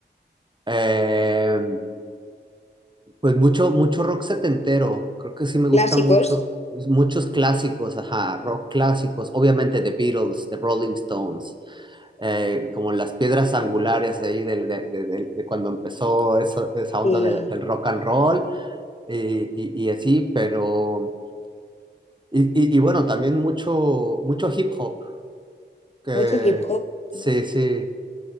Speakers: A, on the right; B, on the left.
A: eh, pues mucho, mucho rock setentero, creo que sí me gusta
B: clásicos
A: mucho, pues, muchos clásicos, ajá, rock clásicos, obviamente The Beatles, The Rolling Stones, eh, como las piedras angulares ahí del- de, de- de- de cuando empezó eso- esa onda
B: y
A: del del rock and roll eh, y, y así, pero, y, y- y bueno, también mucho, mucho hip hop, que
B: mucho hip hop?
A: sí,
B: ¿no?
A: sí,